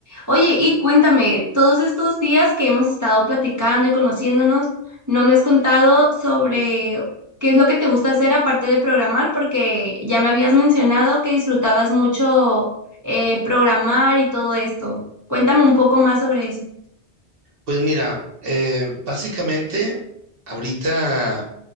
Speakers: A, on the right; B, on the right.
A: Oye, y cuéntame, todos estos días que hemos estado platicando y conociéndonos, no me has contado sobre qué es lo que te gusta hacer aparte de programar, porque ya me habías mencionado que disfrutabas mucho eh, programar y todo esto. Cuéntame un poco más sobre eso.
B: pues mira, eh, básicamente ahorita